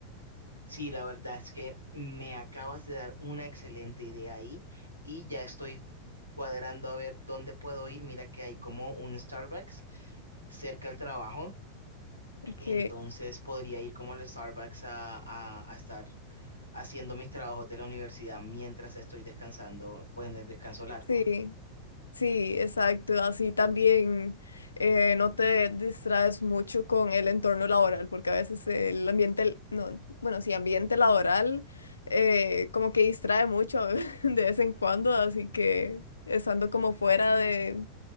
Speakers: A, on the right; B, on the left.
A: Sí, la verdad es que me acabas de dar una excelente idea ahí y ya estoy cuadrando a ver dónde puedo ir. Mira que hay como un Starbucks cerca del trabajo,
B: Ok.
A: entonces podría ir como al Starbucks a, a- a estar haciendo mis trabajos de la universidad mientras estoy descansando, pues en el descanso largo.
B: Sí, Sí, exacto. Así también eh, no te distraes mucho con el entorno laboral, porque a veces el ambiente, no, bueno, sí, ambiente laboral eh, como que distrae mucho <laughs> de vez en cuando, así que estando como fuera de,